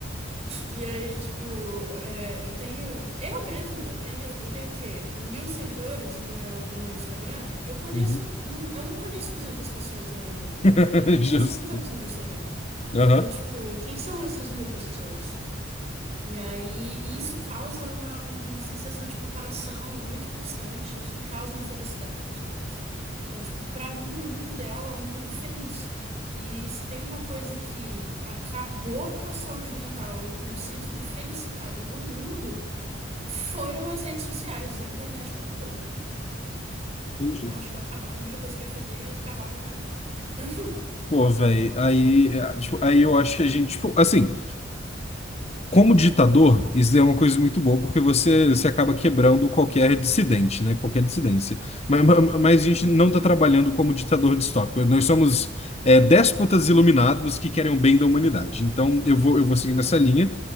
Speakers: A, on the right (about 35°); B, on the left (about 35°).
A: E aí, tipo, é, eu tenho, eu mesma, eu tenho, eu tenho o quê? Mil seguidores no meu, no meu Instagram. Eu conheço,
B: Uhum.
A: não- eu não conheço 200 pessoas na minha vida.
B: <laughs>
A: E eu tenho
B: Justo.
A: mil seguidores no meu Instagram.
B: Aham.
A: Então, tipo, quem são essas mil pessoas? E aí, e isso causa uma, um- uma sensação de comparação muito constante que causa infelicidade para os outros. Então, tipo, para mim, o mundo ideal é um mundo feliz. E se tem uma coisa que acabou com a saúde mental e com o senso de felicidade do mundo, foram as redes sociais e a internet como um todo.
B: Entendi.
A: Então, acho que eu acabar, a primeira coisa que eu ia fazer é acabar com a internet. <laughs>
B: Pô, velho, aí, é, tipo, aí eu acho que a gente, tipo, assim, Como ditador, isso é uma coisa muito boa, porque você, você acaba quebrando qualquer dissidente, né? Qualquer dissidência. Mas, mas- mas a gente
A: Uhum,
B: não está trabalhando como ditador distópico. Nós somos é, déspotas iluminados que querem o bem da humanidade. Então, eu vou, eu vou seguir nessa linha,